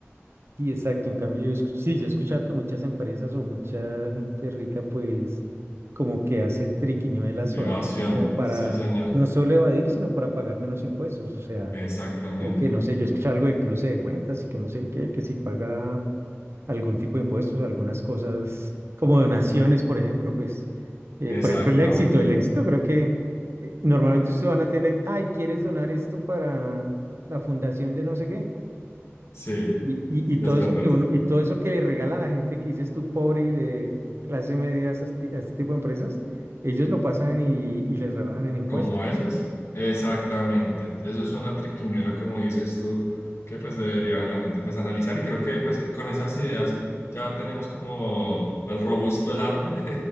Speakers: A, on the right; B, on the left.
A: Sí, exacto. En cambio, yo escu- sí, yo he escuchado que muchas empresas o mucha gente rica, pues, como que hace triquiñuelas
B: Evasión,
A: o algo así como para
B: sí, señor.
A: no solo evadir, sino para pagar menos impuestos. O sea,
B: Exactamente,
A: creo que no sé, yo he escuchado algo de cruce de cuentas y que no sé qué, que si paga algún tipo de impuestos, algunas cosas como donaciones, por ejemplo, pues, eh,
B: exactamente.
A: por ejemplo, el éxito. El éxito creo que eh, normalmente usted va a una tienda y, ay, ¿quieres donar esto para la fundación de no sé qué?
B: Sí,
A: Y, y, y
B: es
A: todo
B: verdad.
A: eso que uno, y todo eso que regala a la gente que dices tú pobre y de clase media a esas ti- a ese tipo de empresas, ellos lo pasan y, y les rebajan en impuestos.
B: Como ellos. Exactamente. Eso es una triquiñuela, como dices tú, que pues debería la gente pues analizar y creo que pues con esas ideas ya tenemos como el robusto el árbol <laughs>